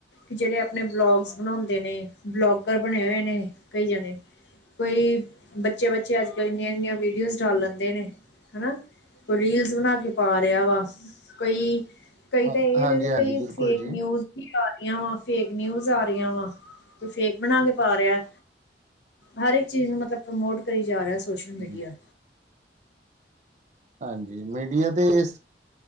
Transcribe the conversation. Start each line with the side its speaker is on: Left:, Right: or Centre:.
Left: ਜਿਹੜੇ ਆਪਣੇ ਵਲੋਗਸ ਬਣਾਂਦੇ ਨੇ ਬਲੋਗਰ ਬਣੇ ਹੋਏ ਨੇ ਕਈ ਜਾਣੇ। ਕਈ ਬੱਚੇ ਬੱਚੇ ਅੱਜ ਕੱਲ੍ਹ ਇੰਨੀਆਂ ਇੰਨੀਆਂ ਵੀਡੀਓਜ਼ ਡਾਲ ਲੈਂਦੇ ਨੇ ਹਨਾ। ਕੋਈ ਰੀਲਸ ਬਣਾ ਕੇ ਪਾ ਰਿਹਾ ਵਾ ਕੋਈ ਕਈ
Right: ਹਾਂ
Left: ਤਾਂ ਏ
Right: ਹਾਂਜੀ
Left: ਆ ਜਿਹੜੀ
Right: ਹਾਂਜੀ
Left: ਕਈ
Right: ਬਿਲਕੁਲ
Left: ਫੇਕ
Right: ਜੀ।
Left: ਨਿਊਜ਼ ਆ ਰਹੀਆਂ ਵਾ ਫੇਕ ਨਿਊਜ਼ ਆ ਰਹੀਆਂ ਵਾ ਤੇ ਫੇਕ ਬਣਾ ਕੇ ਪਾ ਰਿਹਾ। ਹਰ ਇੱਕ ਚੀਜ਼ ਨੂੰ ਮਤਲਬ ਪ੍ਰਮੋਟ ਕਰੀ ਜਾ ਰਿਹਾ ਸੋਸ਼ਲ
Right: ਹਾਂਜੀ
Left: ਮੀਡੀਆ।
Right: ਹਾਂਜੀ ਮੀਡੀਆ ਤੇ ਇਸ